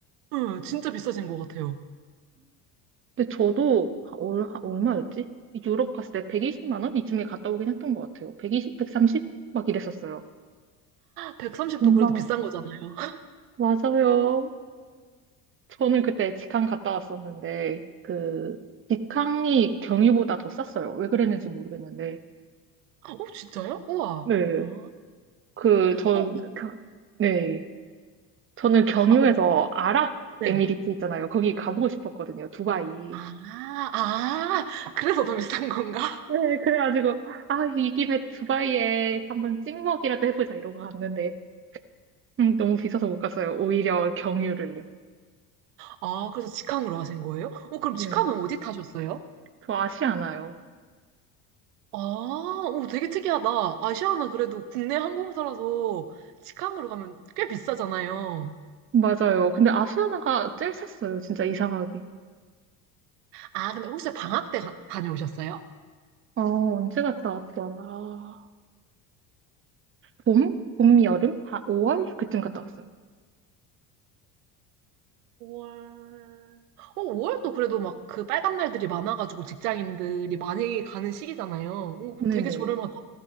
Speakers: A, on the right (about 80°); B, on the right (about 30°).
A: 네, 진짜 비싸진 것 같아요.
B: 근데 저도 하- 얼, 하- 얼마였지? 유럽 갔을 때 120만 원? 이쯤에 갔다 오긴 했던 것 같아요. 120, 130? 막 이랬었어요.
A: 130도
B: 엄마,
A: 그래도 비싼 거잖아요.
B: 맞아요. 저는 그때 직항 갔다 왔었는데, 그, 직항이 경유보다 더 쌌어요. 왜 그랬는지 모르겠는데.
A: <laughs> 어, 진짜요? 우와.
B: 네.
A: 아.
B: 그, 저,
A: 어,
B: 겨- 네. 저는 경유에서
A: 아, 오,
B: 아랍에미리트
A: 네.
B: 있잖아요. 거기 가보고 싶었거든요. 두바이.
A: 아, 아, 그래서 더 비싼 건가?
B: 네, 그래가지고, 아, 이 김에 두바이에 한번 찍먹이라도 해보자 이러고 갔는데, 음, 너무 비싸서 못 갔어요. 오히려 경유를요.
A: 아, 그래서 직항으로 하신 거예요? 어, 그럼
B: 네.
A: 직항은 어디 타셨어요?
B: 저 아시아나요.
A: 아, 오, 되게 특이하다. 아시아나 그래도 국내 항공사라서 직항으로 가면 꽤 비싸잖아요.
B: 맞아요. 근데 아시아나가 제일 쌌어요. 진짜 이상하게.
A: 아, 근데 혹시 방학 때 가- 다녀오셨어요?
B: 어, 언제 갔다 왔더라. 봄? 봄, 여름? 다 5월? 그쯤 갔다 왔어요.
A: 5월. 어, 5월도 그래도 막 그 빨간 날들이 많아가지고 직장인들이 많이 가는 시기잖아요. 오, 그럼
B: 네네.
A: 되게 저렴하다.